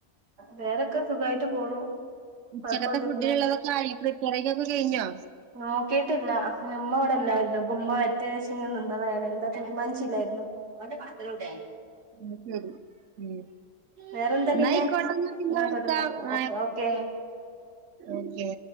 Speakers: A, on the right (about 85°); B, on the right (about 60°).
A: വേറക്കെ സുഖായിട്ട് പോണു
B: ഉച്ചകത്തെ
A: കൊഴപ്പൊന്നുല്ല
B: ഫുഡിനുള്ളതൊക്കെ ആയോ പ്രിപ്പേറിങ്ങൊക്കെ കയിഞ്ഞോ
A: നോക്കീട്ടില്ല പിന്നുമ്മവടെല്ലാരുന്നു ഇപ്പൊമ്മ വരട്ടേച്ചിങ്ങനെ നിന്നതാണ് എന്താ തീരുമാനിച്ചില്ലാരുന്നു ഓന്റെ പാത്രോവ്ടേ
B: അയ്ശെരി ഉം
A: വേറെന്താ
B: ന്നായ്കോട്ടെന്നാ
A: പിന്നെ
B: പിന്നെ
A: ഞാൻ ആയിക്കോട്ടെന്നാ
B: വിളിക്കാം ആഹ്
A: ഓക്കെ ഓക്കെ
B: ഓക്കെ